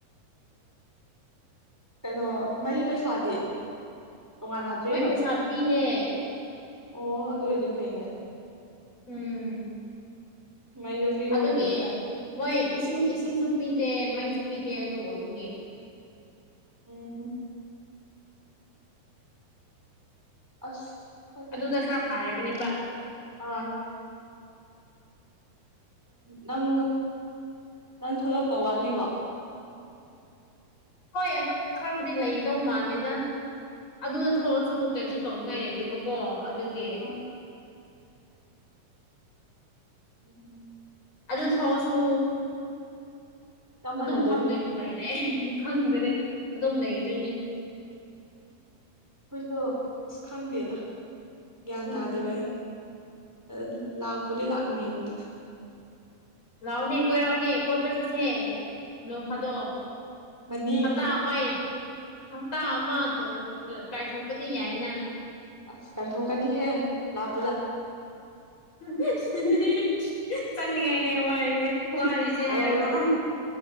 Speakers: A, in the centre; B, on the left.
A: ꯀꯩꯅꯣ ꯃꯩ ꯄꯩꯁꯥꯗꯤ ꯇꯣꯉꯥꯟꯅ ꯍꯥꯞꯆꯩꯔꯣ
B: ꯃꯥꯏ ꯄꯩꯁꯥ ꯄꯤꯔꯦ
A: ꯑꯣ ꯑꯗꯨ ꯑꯣꯏꯗꯤ ꯐꯩꯅꯦ
B: ꯎꯝ
A: ꯃꯩꯗꯣ ꯐ꯭ꯔꯤ ꯑꯣꯏꯕꯅꯤꯅ
B: ꯑꯗꯨꯒꯤ ꯃꯣꯏ ꯏꯁꯤꯡ ꯏꯁꯤꯡꯁꯨ ꯄꯤꯗꯦ ꯃꯩꯁꯨ ꯄꯤꯗꯦ ꯑꯗꯨ ꯑꯣꯏꯕꯒꯤ
A: ꯎꯝ ꯑꯁ <unintelligible>
B: ꯑꯗꯨꯗ ꯈꯔ ꯐꯥꯔꯕꯅꯦꯕ
A: ꯑꯥ ꯅꯪ ꯅꯪ ꯊꯣꯂꯛꯇꯣ ꯋꯥꯠꯂꯤꯕꯣ
B: ꯍꯣꯏ ꯑꯗꯨꯝ ꯈꯔꯕꯨꯗꯤ ꯂꯩꯗꯧ ꯃꯥꯂꯦꯗ ꯑꯗꯨꯗ ꯊꯣꯛꯂꯁꯨ ꯀꯩꯁꯨ ꯇꯧꯅꯤꯡꯉꯥꯏ ꯂꯩꯇꯦꯕꯀꯣ ꯑꯗꯨꯒꯤ
A: ꯑ ꯎꯝ
B: ꯑꯗꯨ ꯊꯣꯛꯑꯁꯨ
A: ꯆꯞ
B: ꯑꯗꯨꯝ
A: ꯃꯥꯟꯅꯗꯣꯏꯅꯦ
B: ꯐꯝꯗꯩ ꯂꯩꯔꯦ ꯎꯝ ꯈꯪꯗ꯭ꯔꯦ ꯑꯗꯨꯝ ꯂꯩꯗꯣꯏꯅꯦ
A: ꯍꯣꯏꯁꯨꯣ ꯑꯁ ꯈꯪꯗꯦꯗ ꯒ꯭ꯌꯥꯟ
B: ꯎꯝ
A: ꯇꯥꯗꯕꯩ ꯑ ꯂꯥꯛꯄꯗꯤ ꯂꯥꯛꯅꯤꯡꯑ ꯑꯗꯨꯗ
B: ꯂꯥꯛꯑꯣꯅꯦ ꯀꯣꯏꯔꯥꯛꯑꯣꯅꯦ ꯀꯣꯏꯄ ꯆꯠꯁꯦ ꯅꯣꯡ ꯐꯥꯗꯣꯛ
A: ꯃꯅꯤ
B: ꯍꯞꯇꯥ ꯑꯃꯥꯏ ꯍꯞꯇꯥ ꯑꯃ ꯀꯥꯏꯊꯣꯛꯄꯗꯤ ꯌꯥꯏꯅ
A: ꯑꯁ ꯀꯥꯏ ꯊꯣꯛꯀꯅꯤ ꯍꯦ ꯂꯥꯛ
B: <unintelligible> ꯆꯡꯅꯤ ꯉꯥꯏ <unintelligible> ꯋꯥꯔꯤꯁꯦ
A: ꯍꯣꯏ
B: ꯍꯥꯏꯕ꯭ꯔꯣ